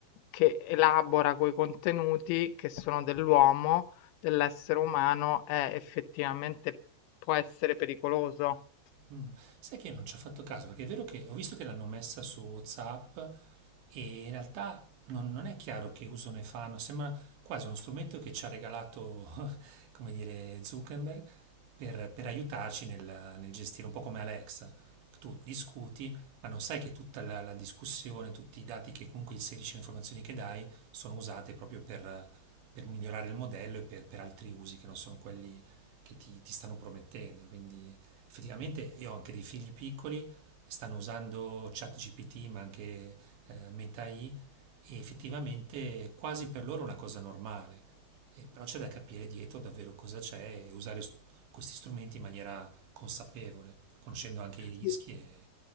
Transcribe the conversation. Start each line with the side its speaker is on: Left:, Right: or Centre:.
Left: che elabora quei contenuti che sono dell'uomo dell'essere umano è effettivamente può essere pericoloso.
Right: Mm, Sai che io non ci ho fatto caso, perché è vero che ho visto che l'hanno messa su WhatsApp e in realtà non, non è chiaro che uso ne fanno, sembra quasi uno strumento che ci ha regalato, <laughs> come dire, Zuckerberg per, per aiutarci nel, nel gestire, un po' come Alexa. Tu discuti, ma non sai che tutta la, la discussione, tutti i dati che comunque inserisci, le informazioni che dai, sono usate proprio per, per migliorare il modello e per, per altri usi che non sono quelli che ti, ti stanno promettendo. Quindi Effettivamente io ho anche dei figli piccoli, stanno usando ChatGPT, ma anche eh, Meta AI, e effettivamente quasi per loro è una cosa normale, Eh, però c'è da capire dietro davvero cosa c'è e usare s- questi strumenti in maniera consapevole, conoscendo anche i rischi
Left: Sì.
Right: e